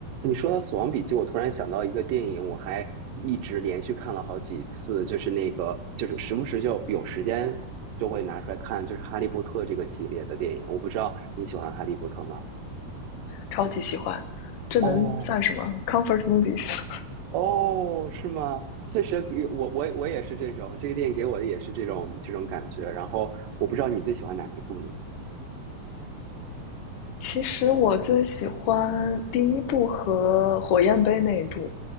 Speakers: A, on the right; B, on the left.
A: 你说到《死亡笔记》，我突然想到一个电影，我还一直连续看了好几次，就是那个，就是时不时就有时间就会拿出来看，就是《哈利波特》这个系列的电影。我不知道你喜欢《哈利波特》吗？
B: 超级喜欢。这能算什么？Comfort
A: 哦
B: movies。
A: 哦，是吗？确实给我我我也是这种，这个电影给我的也是这种这种感觉。然后我不知道你最喜欢哪一部呢？
B: 其实我最喜欢第一部和火焰杯那一部。